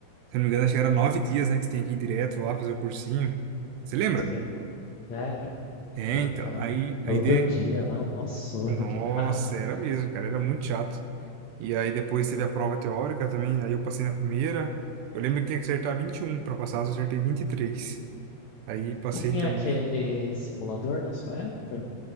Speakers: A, on the right; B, on the left.
A: eu não me engano, acho que era nove dias, né, que você tem que ir direto lá fazer o cursinho. Você lembra?
B: sim, era
A: É,
B: complicado.
A: então. Aí a
B: Todo
A: ideia.
B: dia lá, mó sono
A: Nossa,
B: que dava. <laughs>
A: era mesmo, cara. Era muito chato. E aí depois teve a prova teórica também. Aí eu passei na primeira. Eu lembro que tinha que acertar 21 para passar, eu só acertei vinte e três Aí passei
B: Tinha
A: também.
B: aquele simulador na sua época?